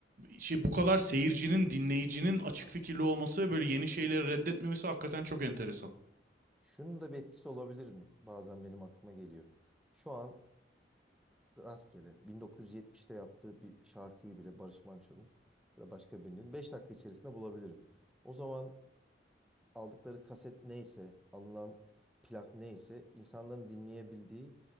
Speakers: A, on the right; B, in the centre.
A: şey bu kadar seyircinin, dinleyicinin açık fikirli olması ve böyle yeni şeyleri reddetmemesi hakikaten çok enteresan.
B: Şunun da bir etkisi olabilir mi? Bazen benim aklıma geliyor. Şu an rastgele 1970'te yaptığı bir şarkıyı bile Barış Manço'nun ya da başka birinin 5 dakika içerisinde bulabilirim. O zaman aldıkları kaset neyse, alınan plak neyse insanların dinleyebildiği